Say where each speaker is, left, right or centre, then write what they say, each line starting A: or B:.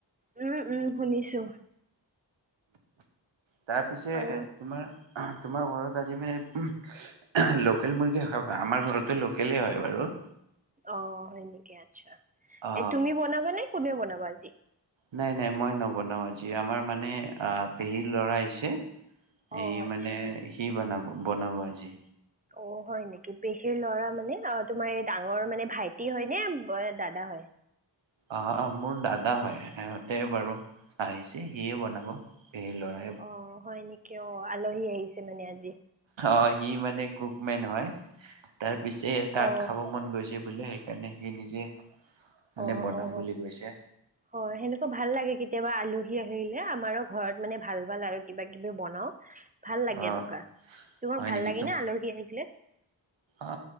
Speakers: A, on the right; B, on the right.
A: উম উম শুনিছো।
B: তাৰপিছে
A: আৰু
B: এ আ তোমাৰ তোমাৰ ঘৰত আজি মানে উম্ লোকেল মুৰ্গী খাবা, আমাৰ ঘৰতো লোকেলেই হয় বাৰু।
A: অ হয় নেকি? আচ্ছা
B: অ
A: এই তুমি বনাবা নে কোনে বনাব আজি?
B: নাই নাই মই নবনাও আজি, আমাৰ মানে আ পেহীৰ ল'ৰা আহিছে। সি
A: অ আচ্ছা
B: মানে সি বনাব বনাব আজি।
A: অ হয় নেকি? পেহীৰ ল'ৰা মানে অ তোমাৰ এই ডাঙৰ মানে ভাইটি হয় নে দাদা হয়?
B: অ অ মোৰ দাদা হয়, সিহঁতে বাৰু আহিছে সিয়ে বনাব পেহীৰ লৰা।
A: অ হয় নেকি? অ আলহী আহিছে মানে আজি?
B: অ সি মানে কুকমেন হয়, তাৰ পিছে তাক
A: অ
B: খাব মন গৈছে বুলে সেইকাৰণে সি নিজে মানে
A: অ
B: বনাম
A: অ
B: বুলি কৈছে
A: হয়, সেনেকুৱা ভাল লাগে কিন্ কেতিয়াবা আলহী আহিলে আমাৰো ঘৰত মানে ভাল ভাল আৰু কিবা কিবি বনাও। ভাল লাগে
B: অ
A: এনকুৱা, তোমাক
B: হয়
A: ভাল
B: নেকি
A: লাগে
B: তুম
A: নে আলহী আহিলে?
B: অ